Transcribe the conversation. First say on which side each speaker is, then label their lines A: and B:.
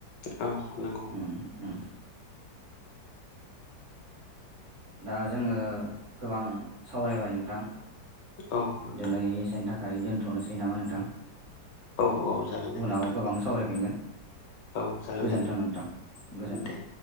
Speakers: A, on the left; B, on the right.
A: औ। नंगौ
B: उम उम। दा जोंङो गोबां सावरायबाय नोंथां।
A: औ नोंथां।
B: दिनै एसेनि थाखाय दोनथ'नोसै नामा नोंथां
A: औ औ जागोन दे
B: उनाव
A: नोंथां
B: गोबां सावरायफिनगोन
A: औ जागोन
B: गोजोन्थों
A: दे
B: नोंथां गोजोन्थों।
A: दे